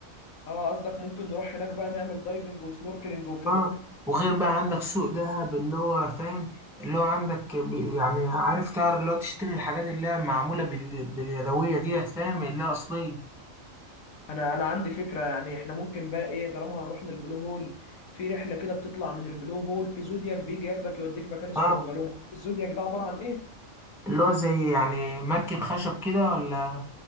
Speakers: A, on the left; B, in the centre.
A: اه قصدك ممكن نروح هناك بقى نعمل دايفنج وسنوركلينج وكده
B: اه وغير بقى عندك سوق دهب اللي هو فاهم اللي هو عندك ب- يعني عارف تعرف اللي هو تشتري الحاجات اللي هي معمولة بال... باليدوية ديت فاهم اللي هي أصلية
A: انا انا عندي فكره يعني احنا ممكن بقى ايه طالما هنروح للبلو هول في رحله كده بتطلع من البلو هول في زودياك بيجي ياخدك يوديك مكان اسمه
B: اه
A: بوجالوما الزودياك ده عباره عن ايه
B: اللي هو زي يعني مركب خشب كده ولا